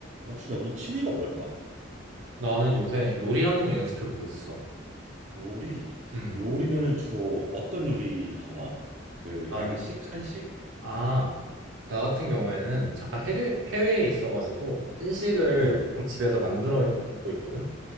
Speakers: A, on the right; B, on the right.
A: 혹시 너는 취미가 뭐야?
B: 나는 요새 요리하는 거 연습해보고 있어.
A: 요리.
B: 음,
A: 요리면은 주로 어떤 요리 하나? 그
B: 나는,
A: 양식, 한식?
B: 아, 나 같은 경우에는 잠깐 해외, 해외에 있어가지고 한식을
A: 응,
B: 조금 집에서 만들어 먹고 있거든?